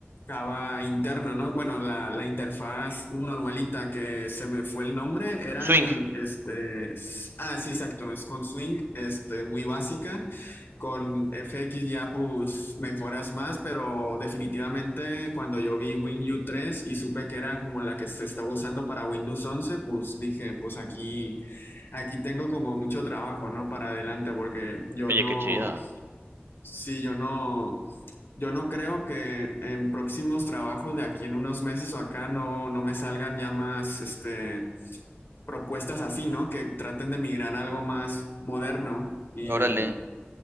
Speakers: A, on the left (about 60°); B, on the right (about 65°).
A: Java interno, ¿no? Bueno, la, la interfaz normalita que se me fue el nombre, eran,
B: swing.
A: este, s- ah, sí, exacto, es con Swing, este, muy básica, con FX ya pues mejoras más, pero definitivamente cuando yo vi WinU tres y supe que era como la que se estaba usando para Windows once pues dije, pues aquí, aquí tengo como mucho trabajo, ¿no? Para adelante, porque yo
B: Oye,
A: no...
B: qué chido.
A: Sí, yo no, yo no creo que en próximos trabajos de aquí en unos meses o acá no, no me salgan ya más este, propuestas así, ¿no? Que traten de migrar a algo más moderno y
B: Órale.